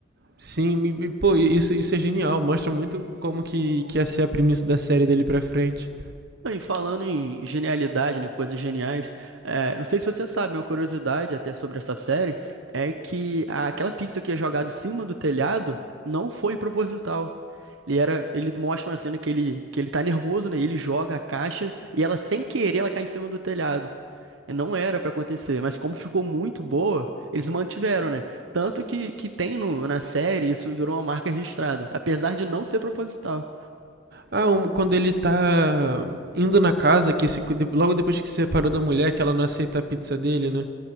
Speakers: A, on the right; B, on the right.
A: Sim, e, pô, isso, isso é genial. Mostra muito como que, que ia ser a premissa da série dele pra frente.
B: E falando em genialidade, né, coisas geniais, é, não sei se você sabe, uma curiosidade até sobre essa série é que a- aquela pizza que é jogada em cima do telhado não foi proposital. Ele era, ele mostra uma cena que ele, que ele tá nervoso, né? e Ele joga a caixa e ela sem querer ela cai em cima do telhado. Não era pra acontecer, mas como ficou muito boa, eles mantiveram, né? Tanto que, que tem no, na série, isso virou uma marca registrada, apesar de não ser proposital.
A: Ah, um, quando ele tá indo na casa, que se, logo depois que se separou da mulher, que ela não aceita a pizza dele, né?